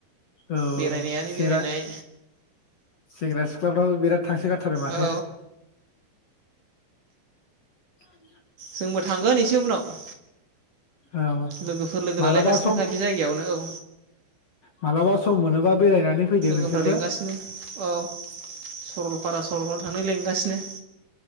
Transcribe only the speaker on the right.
बेरायनायानो
बेरायनाय
औ
जोंबो थांगोन एसे उनाव
लोगोफोर लोगो
लालायगासिनोखा
बे जायगायावनो औ
लोगोफ्रा
लेंगासिनो औ सरलपारा सरलपारा थांनो लिंगासिनो